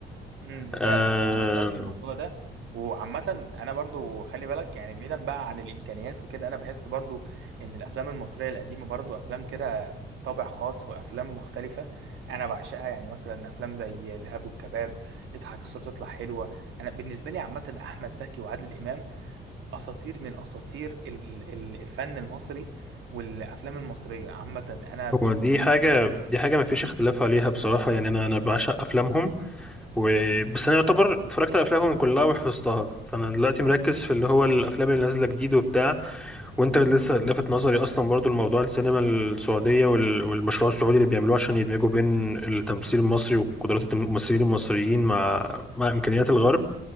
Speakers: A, on the right; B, in the centre.
A: امم ده
B: آه
A: فعلا انا شايف الموضوع ده وعامة انا برضو خلي بالك يعني بعيدا بقى عن الامكانيات وكده انا بحس برضو ان الافلام المصرية القديمة برضو افلام كده بطابع خاص وافلام مختلفة انا بعشقها يعني مثلا افلام زي الارهاب والكباب اضحك الصورة تطلع حلوة انا بالنسبة لي عامة احمد زكي وعادل امام اساطير من اساطير ال- ال- الفن المصري والافلام المصرية عامة انا بشوفهم
B: هو دي
A: في حتة
B: حاجه
A: تانية
B: دي حاجه ما فيش اختلاف عليها بصراحه يعني انا انا بعشق افلامهم و... بس انا يعتبر اتفرجت على افلامهم كلها وحفظتها فانا دلوقتي مركز في اللي هو الافلام اللي نازله جديد وبتاع وانت لسه لافت نظري اصلا برضو الموضوع السينما السعوديه وال... والمشروع السعودي اللي بيعملوه عشان يدمجوا بين التمثيل المصري وقدرات الممثلين المصريين مع مع امكانيات الغرب